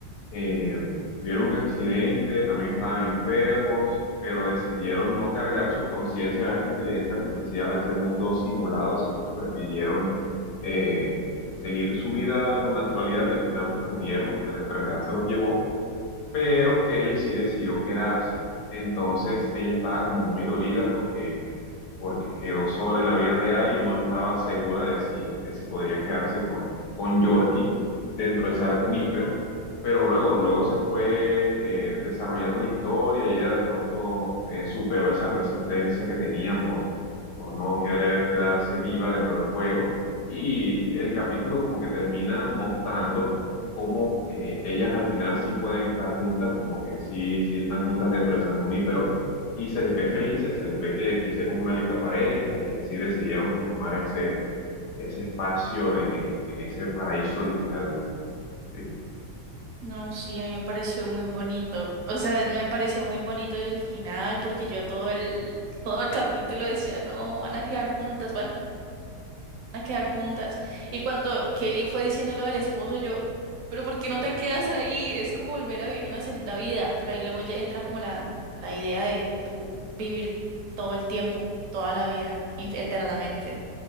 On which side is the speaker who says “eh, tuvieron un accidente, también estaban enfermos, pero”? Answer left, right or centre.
Left